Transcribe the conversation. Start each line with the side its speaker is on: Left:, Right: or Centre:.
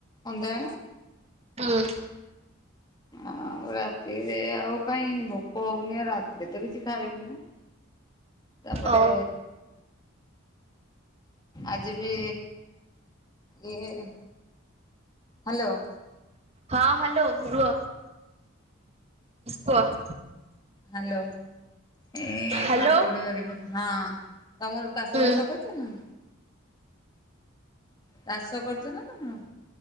Left: ଅଣ୍ଡା।
Right: ହଁ
Left: ଆଉ ରାତିରେ ଆଉ କାହିଁ ଭୋକ ହଉନି ଆଉ ରାତିରେ ତ କିଛି ଖାଇବୁନୁ। ତାପରେ
Right: ଓ
Left: ଆଜି ବି ଇଏ। ହ୍ୟାଲୋ।
Right: ହଁ ହ୍ୟାଲୋ ରୁହ କୁହ।
Left: ହ୍ୟାଲୋ ଏ
Right: ହ୍ୟାଲୋ।
Left: କାକୁଡି ହେରିକ ହଁ ତମର ଚାଷ
Right: ହୁଁ
Left: ବାସ କର। ନା ଚାଷ କରୁଛ ନା ତମେ।